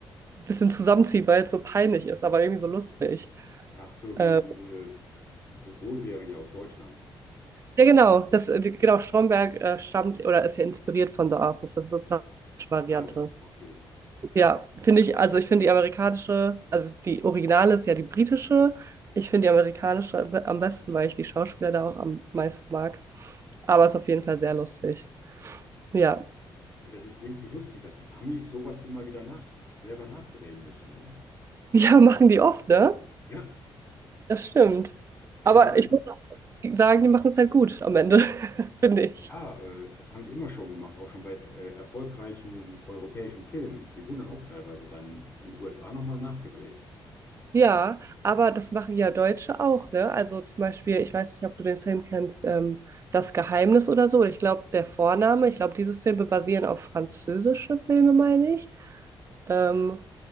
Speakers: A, on the right; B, on the left.
A: ein bisschen zusammenzieht, weil es so peinlich ist, aber irgendwie so lustig.
B: Ach so,
A: Äh,
B: wie die, äh, die Büroserie aus Deutschland.
A: ja, genau. Das, äh, genau, Stromberg äh, stammt oder ist ja inspiriert von The Office. Das ist sozusagen die Variante.
B: Ah ja, okay.
A: Ja, finde ich, also ich finde die amerikanische, also die originale ist ja die britische. Ich finde die amerikanische am be- am besten, weil ich die Schauspieler da auch am meisten mag. Aber es ist auf jeden Fall sehr lustig. Ja. <laughs>
B: Ja, das ist irgendwie lustig, dass die Amis sowas immer wieder nach, selber nachdrehen müssen, ne?
A: Ja, machen die oft, ne?
B: Ja,
A: Das stimmt.
B: das
A: Aber
B: haben die,
A: ich muss sagen, die machen es halt gut am Ende, <laughs> finde ich.
B: ja, äh, das haben die immer schon gemacht, auch schon bei äh, erfolgreichen europäischen Filmen. Die wurden dann auch teilweise dann in den USA nochmal nachgedreht.
A: Ja, aber das machen ja Deutsche auch, ne? Also zum Beispiel, ich weiß nicht, ob du den Film kennst, ähm, Das Geheimnis oder so. Ich glaube, der Vorname, ich glaube, diese Filme basieren auf französische Filme, meine ich. Ähm,